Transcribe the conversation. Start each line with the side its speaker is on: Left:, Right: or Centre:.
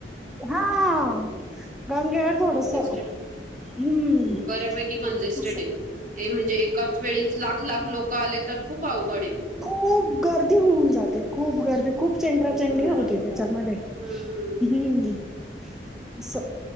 Centre: हा गंगेवर थोडस
Right: कंजेस्टेड
Centre: हम्म.
Right: बऱ्यापैकी कंजेस्टेड
Centre: अस.
Right: आहे ते म्हणजे, एका वेळीच लाख लाख लोक आले, तर खूप अवघडे.
Centre: खूप गर्दी होऊन जाते, खूप गर्दी, खूप. चेंंगराचेंगरी
Right: भयानक
Centre: होते, त्याच्यामध्ये
Right: होतं हम्म
Centre: हम्म अस.